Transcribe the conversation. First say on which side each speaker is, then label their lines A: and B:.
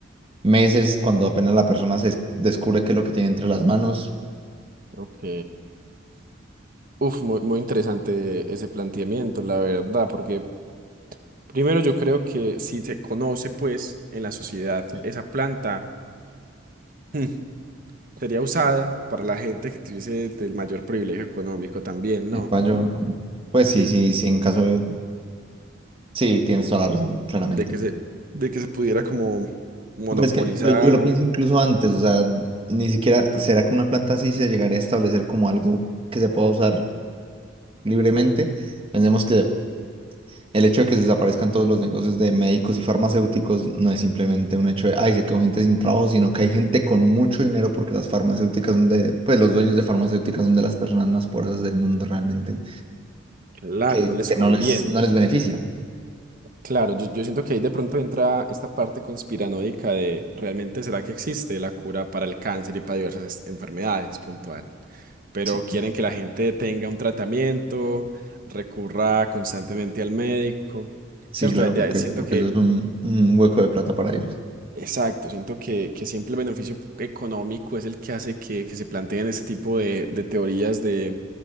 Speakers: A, on the right; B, on the right.
A: meses cuando apenas la persona se es- descubre qué es lo que tiene entre las manos.
B: Ok. Uf, muy, muy interesante ese planteamiento, la verdad, porque primero yo creo que si se conoce, pues, en la sociedad,
A: Sí.
B: esa planta hmm, sería usada para la gente que tuviese del mayor privilegio económico también,
A: Epa,
B: ¿no?
A: yo, pues sí,
B: Sí,
A: sí, sí, en caso, sí, tienes toda la razón, claramente.
B: de que se, de que se pudiera como monopolizar.
A: Pero es que yo, yo lo pienso incluso antes, o sea, ni siquiera,
B: tanta-
A: ¿será que una planta así se llegaría a establecer como algo que se pueda usar libremente? Pensemos que El hecho de que se desaparezcan todos los negocios de médicos y farmacéuticos no es simplemente un hecho de, ay, se quedó gente sin trabajo, sino que hay gente con mucho dinero porque las farmacéuticas son de, pues los dueños de farmacéuticas son de las personas más poderosas del mundo realmente,
B: Claro,
A: que,
B: no les
A: que
B: conviene.
A: no les, no les beneficia.
B: Claro, yo, yo siento que ahí de pronto entra esta parte conspiranoica de realmente será que existe la cura para el cáncer y para diversas enfermedades puntual. Pero
A: Sí,
B: quieren que la gente tenga un tratamiento, recurra constantemente al médico,
A: Sí,
B: ¿cierto?
A: claro,
B: De- de-
A: porque,
B: siento
A: porque
B: que,
A: eso es un, un hueco de plata para ellos.
B: exacto, siento que, que siempre el beneficio económico es el que hace que, que se planteen este tipo de, de teorías de,